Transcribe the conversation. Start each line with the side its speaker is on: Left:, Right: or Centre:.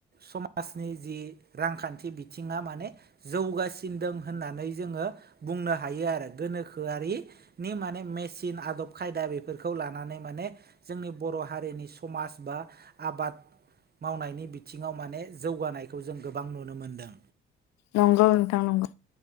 Right: समाजनि जि रांखान्थि बिथिङा माने जौगासिन द होननानै जोङो बुंनो हायो आरो गोनोखोआरि माने मेसिन आदब खायदा बेफोरखौ लानानै माने जोंनि बर' हारिनि समाज बा आबाद मावनायनि बिथिङाव माने जौगानायखौ जों गोबां नुनो मोनदों।
Left: नंगौ नोंथां नंगौ